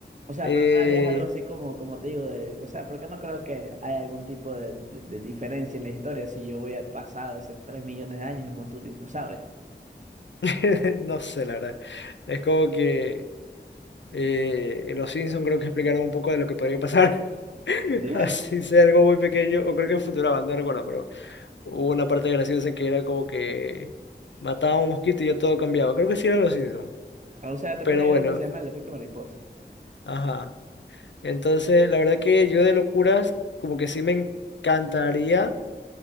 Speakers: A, on the right; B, on the left.
A: O sea,
B: eh,
A: pero no harías algo así como, como te digo, de, o sea, porque no creo que haya algún tipo de, de- de diferencia en la historia si yo voy al pasado hace 3 millones de años y monto un dinosaurio.
B: <laughs> no sé, la verdad, es como que... Eh, en los Simpsons creo que explicaron un poco de lo que podría pasar, <laughs>
A: Ya.
B: así
A: <laughs>
B: sea algo muy pequeño, o creo que en Futurama, no recuerdo, pero hubo una parte graciosa que era como que mataba a un mosquito y ya todo cambiaba. Creo que sí eran los Simpsons,
A: O sea, también
B: pero
A: hay
B: bueno,
A: algo que se llama el efecto mariposa.
B: ajá. Entonces, la verdad que yo de locuras, como que sí me encantaría.